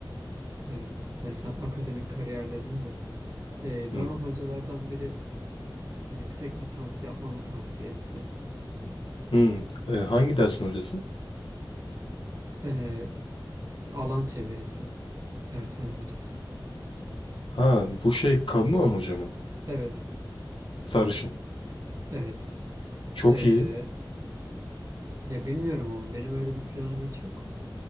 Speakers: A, on the right; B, on the left.
A: evet e, sen akademik kariyer dedin de e,
B: Hı.
A: bana hocalardan biri yüksek lisans yapmamı tavsiye etti.
B: Hı. E, hangi dersin hocası?
A: E, alan çevirisi dersin hocası.
B: Ha bu şey kadın olan hoca mı?
A: Evet
B: Sarışın.
A: evet
B: Çok
A: E,
B: iyi.
A: ya bilmiyorum ama benim öyle bir planım hiç yok.